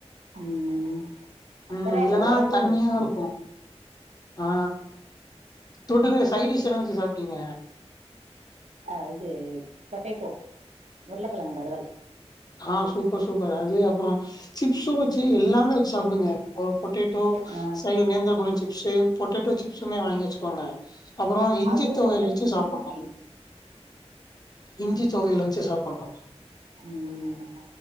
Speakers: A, on the right (about 85°); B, on the left (about 35°).
A: ம்
B: ம்
A: பரவால்ல
B: இல்லன்னா
A: ஓரளவு
B: தண்ணியா
A: வெச்சுப்பே
B: இருக்கு ஆ தொட்டுக்கு சைடிஷ் என்ன வெச்சு சாப்ட்டீங்க
A: அ இது பொட்டேட்டோ உருளகெழங் வருவல்
B: ஆ சூப்பர் சூப்பர் அது அப்றோ சிப்ஸு வெச்சி எல்லாமே வெச்சு சாப்டுங்க ஒருப் பொட்டேட்டோ
A: ஆ
B: சைட்ல நேந்திரபழம் சிப்ஸு பொட்டேட்டோ சிப்ஸுமே வாங்கி வெச்சுகோங்க அப்பறோ இஞ்சித்
A: அதுவு
B: தொவையல்
A: பிளஸ்
B: வெச்சி
A: சிக்கன்
B: சாப்புன்னு
A: ஃப்ரை
B: இஞ்சி தொவையல வெச்சு சாப்பன்னு
A: ம்